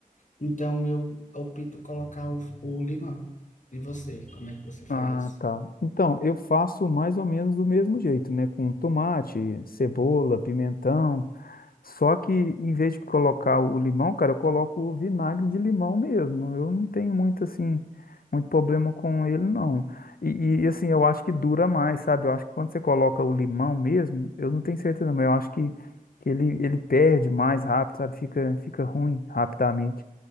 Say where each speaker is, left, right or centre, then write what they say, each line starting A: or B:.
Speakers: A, on the left; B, on the left.
A: Então eu opto colocar o, o limão. E você, como é que você faz?
B: Ah, tá. Então, eu faço mais ou menos do mesmo jeito, né? Com tomate, cebola, pimentão. Só que em vez de colocar o limão, cara, eu coloco o vinagre de limão mesmo. Eu não tenho muito assim, muito problema com ele, não. E, e, assim, eu acho que dura mais, sabe? Eu acho que quando você coloca o limão mesmo, eu não tenho certeza, mas eu acho que, que ele, ele perde mais rápido, sabe? Fica, fica ruim rapidamente.